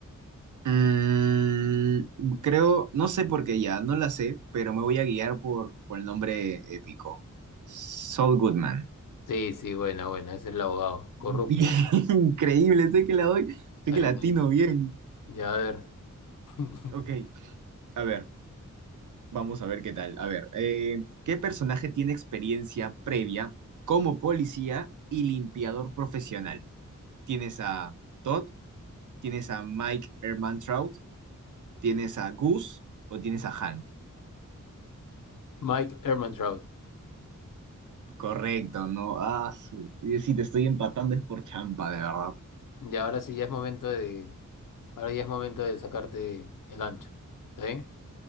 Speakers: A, on the right; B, on the left.
A: Mm, creo, no sé por qué ya, no la sé, pero me voy a guiar por, por el nombre épico. Saul Goodman.
B: Sí, sí, buena, buena. Ese es el abogado.
A: Bien,
B: Corrupto.
A: <laughs> increíble, sé que la doy,
B: Está
A: sé que
B: bien,
A: latino
B: está bien.
A: bien.
B: Ya, a ver. <laughs>
A: Ok, a ver, vamos a ver qué tal. A ver, eh, ¿qué personaje tiene experiencia previa como policía y limpiador profesional? ¿Tienes a Todd? ¿Tienes a Mike Ehrmantraut? ¿Tienes a Goose? ¿O tienes a Hank?
B: Mike Ehrmantraut.
A: Correcto, no. Ah, su... Yo sí te estoy empatando es por champa, de verdad.
B: Ya, ahora sí ya es momento de. Ahora ya es momento de sacarte el ancho. ¿Está bien?